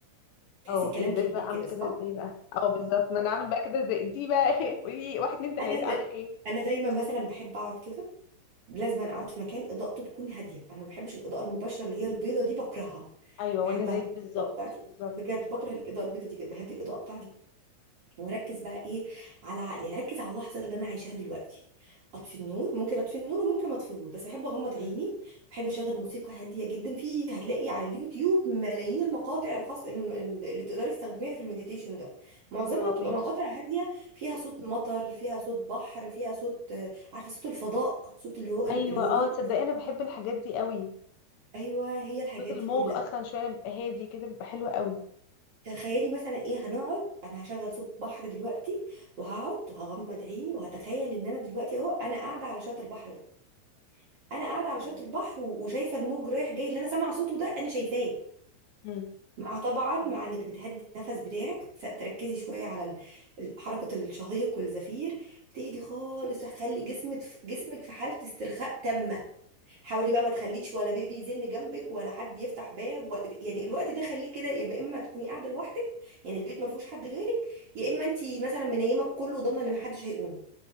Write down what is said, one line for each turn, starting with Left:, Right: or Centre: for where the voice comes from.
Right: تحسي
Left: اه
Right: الكلام
Left: ازاي
Right: كبير
Left: بقى اعمل
Right: كده
Left: كده
Right: صح
Left: ازاي بقى اه بالظبط ما انا اعمل بقى كده ازاي دي بقى <laughs> ايه قولي لي واحد اتنين تلاته
Right: انا دا...
Left: اعمل ايه
Right: انا دايما مثلا بحب اقعد كده لازم أنا اقعد في مكان اضاءته تكون هاديه انا ما بحبش الاضاءه المباشره اللي هي البيضه دي بكرهها
Left: ايوه
Right: بحب
Left: وانا زيك
Right: اهدي
Left: بالظبط
Right: الاضاءه بتاعتي
Left: بالظبط
Right: بجد بكره الاضاءه البيضه دي جدا بهدي الاضاءه بتاعتي
Left: مم.
Right: وركز بقى ايه على عقلي يعني ركز على اللحظه اللي انا عايشاها دلوقتي اطفي النور ممكن اطفي النور وممكن ما اطفيهوش بس بحب اغمض
Left: مم.
Right: عيني بحب اشغل موسيقى هاديه جدا في هتلاقي على اليوتيوب ملايين المقاطع الخاص الم- ال- اللي تقدري تستخدميها في المديتيشن ده معظمها
Left: اه
Right: بتبقى
Left: ماشي
Right: مقاطع هاديه فيها صوت مطر فيها صوت بحر فيها صوت آه، عارفه صوت الفضاء صوت اللي هو ال-
Left: ايوه
Right: الهدوء
Left: اه تصدقي
Right: ده
Left: انا بحب الحاجات دي قوي
Right: ايوه هي الحاجات
Left: صوت الموج
Right: دي كلها
Left: اصلا شويه لما بيبقى هادي كده بيبقى حلو قوي
Right: تخيلي مثلا ايه هنقعد انا هشغل صوت بحر دلوقتي وهقعد هغمض عيني وهتخيل ان انا دلوقتي اهو انا قاعده على شط البحر ده انا قاعده على
Left: اه
Right: شط البحر و- وشايفه الموج رايح جاي اللي انا سامعه صوته ده انا شايفاه
Left: مم.
Right: مع طبعا مع
Left: الله.
Right: انك بتهدي النفس بتاعك س- تركزي شويه على ال- ال- حركه الشهيق والزفير بتهدي خالص هتخلي جسمك جسمك في حاله استرخاء تامه حاولي بقى ما تخليش ولا بيبي يزن جنبك ولا حد يفتح باب و... يعني الوقت ده خليه كده يا اما تكوني قاعده لوحدك يعني البيت ما فيهوش حد غيرك يا اما انت مثلا منيمه بكله وضامنه ان ما حدش هيقوم